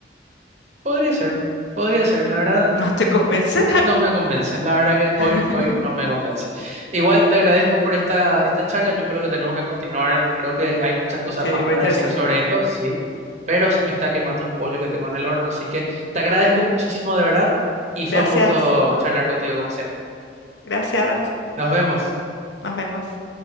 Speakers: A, on the right; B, on the left.
A: podría ser, podría ser, la verdad,
B: <laughs> ¿No te convence?
A: No me convence, la verdad que
B: <laughs>
A: hoy, hoy no me convence. Igual te agradezco por esta, esta charla, yo creo que tenemos que continuar, creo que hay muchas cosas
B: Sí,
A: más
B: muy
A: para
B: interesante.
A: decir sobre esto, sí, pero se me está quemando el pollo que tengo en el horno, así que te agradezco
B: Uh,
A: muchísimo de verdad y
B: gracias,
A: fue un gusto charlar contigo como siempre.
B: gracias.
A: Nos vemos.
B: Nos vemos.